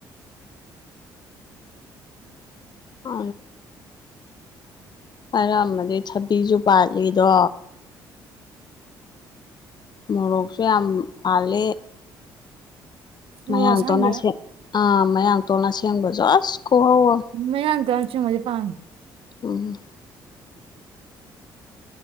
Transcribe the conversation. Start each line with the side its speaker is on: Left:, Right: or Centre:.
Left: ꯑ ꯑꯔꯃꯗꯤ ꯊꯕꯤꯁꯨ ꯄꯥꯜꯂꯤꯗꯣ ꯃꯣꯔꯛꯁ ꯌꯥꯝ ꯄꯂꯦ
Right: ꯃꯣꯔꯣꯛ
Left: ꯃꯌꯥꯡꯇꯣꯅꯦꯡ
Right: ꯑꯁꯥꯡꯕꯤ
Left: ꯑꯥ ꯃꯌꯥꯡꯇꯣꯟꯅꯁꯦꯡꯕꯁꯨ ꯑꯁ ꯈꯨꯍꯧ ꯑꯃ
Right: ꯃꯌꯥꯝꯡ ꯇꯔꯥ ꯆꯨꯝ ꯃꯗꯤꯦ ꯄꯥꯝꯃꯤꯦ
Left: ꯎꯝ